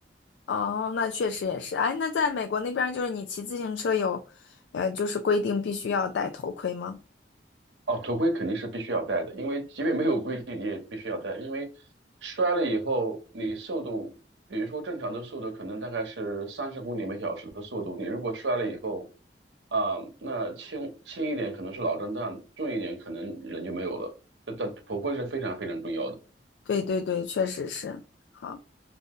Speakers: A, on the left; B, on the right.
A: 哦，那确实也是。哎，那在美国那边儿就是你骑自行车有，呃，就是规定必须要戴头盔吗？
B: 哦，头盔肯定是必须要戴的，因为即便没有规定，你也必须要戴。因为摔了以后，你速度，比如说正常的速度可能大概是三十公里每小时的速度，你如果摔了以后，啊、那轻轻一点可能是脑震荡，重一点可能人就没有了。但但头盔是非常非常重要的。
A: 对对对，确实是。好，